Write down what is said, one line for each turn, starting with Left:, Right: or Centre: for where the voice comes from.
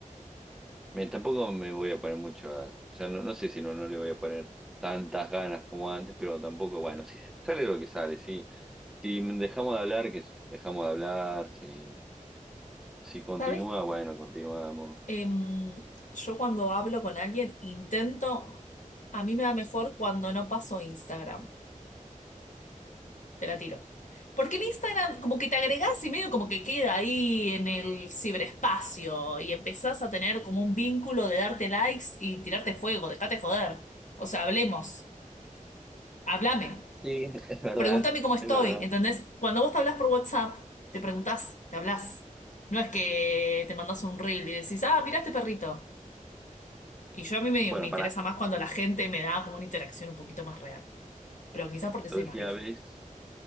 Centre: Me- tampoco me voy a poner muchas, o sea, no, no sé si no, no le voy a poner tantas ganas como antes, pero tampoco, bueno, si sale lo que sale, si, si dejamos de hablar, que dejamos de hablar, si, si continúa,
Left: ¿Sabes?
Centre: bueno, continuamos.
Left: Em, yo cuando hablo con alguien intento, a mí me va mejor cuando no paso Instagram. Te la tiro. Porque el Instagram como que te agregás y medio como que queda ahí en el ciberespacio y empezás a tener como un vínculo de darte likes y tirarte fuego, dejate joder. O sea, hablemos, háblame.
Centre: Sí, es verdad,
Left: pregúntame cómo estoy,
Centre: es verdad.
Left: ¿entendés? Cuando vos te hablas por WhatsApp, te preguntás, te hablas. No es que te mandas un reel y decís, ah, mira este perrito. Y yo a mí me,
Centre: Bueno,
Left: me interesa
Centre: pará,
Left: más cuando la gente me da como una interacción un poquito más real. Pero quizás porque
Centre: la
Left: soy
Centre: última
Left: más vieja.
Centre: vez,